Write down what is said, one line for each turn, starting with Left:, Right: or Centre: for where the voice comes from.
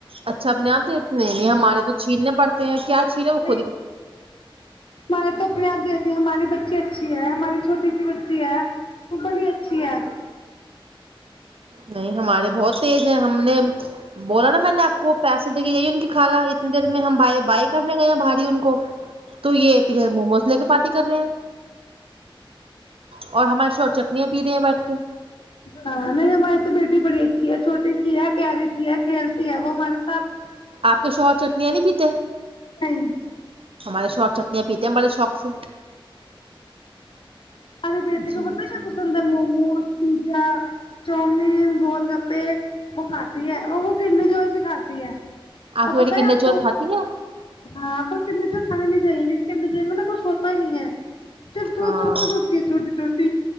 Right: اچھا اپنے آپ تو اتنے نہیں ہمارے تو چھیرنے پڑتے ہیں کیا چھیر وہ
Left: نہیں
Right: خود ہی
Left: ہمارے تو اپنے آپ دیتی ہے ہماری بچی اچھی ہماری چھوٹی سی بچی ہے وہ بڑی اچھی ہے
Right: نہیں ہمارے بہت تیز ہیں ہم نے بولا نا میں نے آپ کو پیسے دے کے گئی ان کی کھالا اتنی دیر میں ہم بھائی بائی کرنے گئے ہیں بھاری ان کو تو یہ پیچھے موموز لے کے پارٹی کر رہے ہیں اور ہمارے ش چٹنیاں پی رہے ہیں بیٹھ کے
Left: ہاں نہیں ہماری تو بیٹی بڑی اچھی ہے چھوٹی اچھی ہے پیاری چی ہے کھیلتی ہے وہ ہمارے ساتھ
Right: آپ کے شو اور چٹنیاں نہیں پیتے
Left: نہیں
Right: ہمارے شو اور چٹنیاں پیتے ہیں بڑے شوق سے
Left: ساریے بیٹی
Right: جی
Left: کو پتا
Right: جی
Left: کیا پسند ہے موموز پیزا چومیین گول گپے وہ کھاتی ہے وہ کنمی جوئی بھی کاتی ہے ا
Right: کی بیٹی
Left: بتائ
Right: کنڈر
Left: آپ
Right: جوئے
Left: کو
Right: کھاتی ہے
Left: آ کت اور ہم میں جئی گی کہج مل نے کچھ ہوتا ہی نہیں ہے صرف دو
Right: ہاں
Left: چاکلیٹ ہوتی ہے چھوٹی چھوٹی